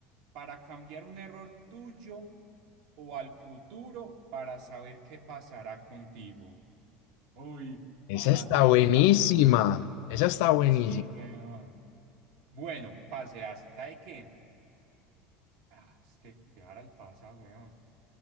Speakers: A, on the right; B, on the left.
A: para cambiar un error tuyo o al futuro para saber qué pasará contigo. Uy,
B: Esa
A: parce,
B: está
A: esa
B: buenísima,
A: está buenísima.
B: esa está buenísima.
A: Sí, weón. Bueno, parce, ¿hasta de qué? Ah, es que viajar al pasado, weón.